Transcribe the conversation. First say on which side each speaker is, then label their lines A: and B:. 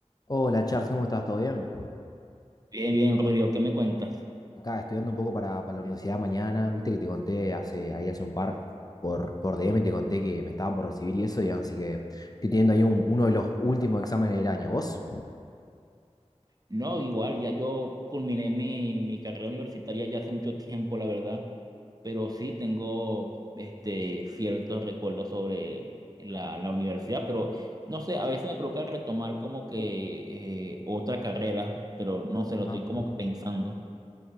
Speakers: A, on the left (about 35°); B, on the right (about 35°).
A: Hola Charles, ¿cómo estás? ¿Todo bien?
B: Bien, bien, Rodrigo, ¿qué me cuentas?
A: Acá estudiando un poco para, para la universidad mañana. Viste que te conté hace, ahí hace un par, por, por DM te conté que me estaba por recibir y eso, y así que estoy teniendo ahí un- uno de los últimos exámenes del año. ¿Vos?
B: No, igual, ya yo culminé mi, mi carrera universitaria ya hace mucho tiempo, la verdad, pero sí tengo este, ciertos recuerdos sobre la, la universidad, pero no sé, a veces me provoca retomar como que eh, otra carrera, pero no
A: Ajá.
B: sé, lo estoy como que pensando.